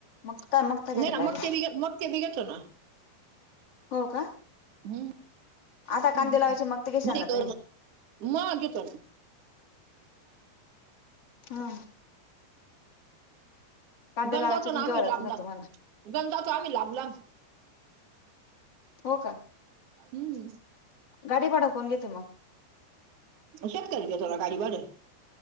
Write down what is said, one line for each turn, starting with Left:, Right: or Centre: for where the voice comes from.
Left: मग
Right: नाही
Left: काय मगता घ्यायचं
Right: ना
Left: डायरेक्ट
Right: मग ते मग तेम घेतल ना
Left: हो का
Right: हम,
Left: आता
Right: हम
Left: कांदे लावायचे
Right: नाही
Left: मग ते घेशाल ना
Right: कळणा.
Left: तुम्ही
Right: बघा की तर,
Left: हा कांदे
Right: गंजातून
Left: लावायचे पण
Right: आम्ही
Left: घ्यावं लागते
Right: लांब
Left: ना
Right: लांब
Left: तुम्हाला
Right: गंजाचो आम्ही लांबलाब
Left: हो का,
Right: हम्म.
Left: गाडी भाडं कोण घेत मग
Right: शेतकरी घेतो ना गाडी भाडं